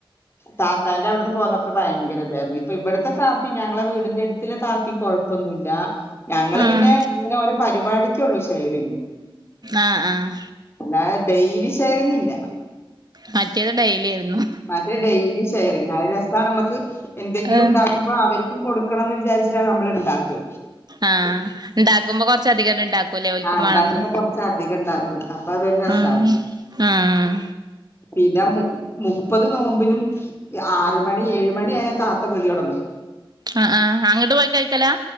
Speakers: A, on the left; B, on the right.
A: താത്താന്റെ അവിടുന്ന് പോന്നപ്പോ ഭയങ്കര ഇത് ഇഞ്ഞിപ്പൊ ഇവിടത്തെ താത്തി ഞങ്ങളെ വീടിന്റെഅടുത്ത താത്തി കൊഴം പ്പൊന്നുല്ല. ഞങ്ങള്
B: ആഹ്
A: പിന്നെ ഇങ്ങനെ ഓരോ പരിപാടി കൊള്ളൂ ഷെയറെ യ്യ്ണത്
B: ആഹ് ആഹ്
A: അല്ലാതെ ഡെയിലി ഷെയറിങ്ങില്ല
B: മറ്റേത് ഡെയിലി ആയിരുന്നു
A: മറ്റേത് ഡെയിലി ഷെയറിങ്ങ് ആ രസമാണ് നമ്മക്ക് എന്തെങ്കിലും
B: ഏഹ്
A: ഉണ്ടാക്കും അപ്പൊ അവർക്കും കൊടുക്കണംന്ന് വിചാരിച്ചിട്ടാണ് നമ്മൾ ഇണ്ടാക്കി
B: ആഹ് ഇണ്ടാക്കുമ്പോ കൊറച്ചധികങ്ങട്ട് ഇണ്ടാക്കുംല്ലേ ഓൽകും
A: ആ ഉണ്ടാക്കുമ്പോ
B: വാണന്ന്.
A: കൊറച്ച് അധികം ഉണ്ടാക്കും അപ്പൊ അതൊരു രസാണ്
B: അ ആഹ്
A: പിന്നെ മു മുപ്പത് നോമ്പിനും ആറ്മണി ഏഴ് മ മണിയായ താത്ത വിളിയൊടങ്ങും.
B: അ ആഹ് അങ്ങോട്ട് പോയി കഴിക്കലാ